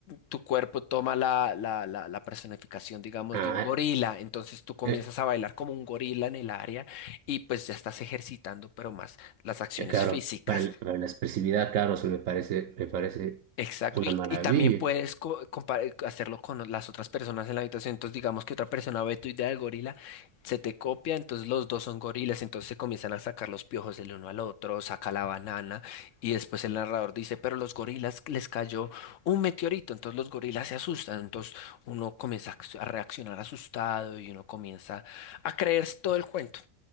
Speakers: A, on the left (about 75°); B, on the right (about 80°).
A: Tu cuerpo toma la, la, la, la personificación, digamos,
B: Ah,
A: de un gorila, entonces tú comienzas
B: eh,
A: a bailar como un gorila en el área y pues ya estás ejercitando, pero más las acciones
B: eh, claro,
A: físicas.
B: para, el- para la expresividad, claro, eso me parece, me parece
A: Exacto,
B: una
A: y,
B: maravilla.
A: y también puedes co- compar- hacerlo con las otras personas en la habitación. Entonces, digamos que otra persona ve tu idea del gorila, se te copia, entonces los dos son gorilas, entonces se comienzan a sacar los piojos del uno al otro, saca la banana, y después el narrador dice, pero los gorilas les cayó un meteorito, entonces los gorilas se asustan, entonces uno comienza a ac- a reaccionar asustado y uno comienza a creerse todo el cuento.